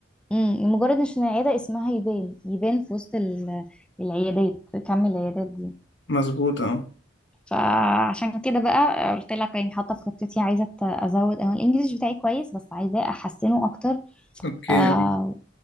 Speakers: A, in the centre; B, on the left.
A: امم لمجرد عشان العيادة اسمها يبان يبان في وسط ال- العيادات كم العيادات دي
B: مظبوط اه
A: فعشان كده بقى آه، قلت لك يعني حاطه في خطتي عايزه أت- ازود او الانجليش بتاعي كويس بس عايزاه احسنه اكتر
B: اوكي
A: آه
B: اه.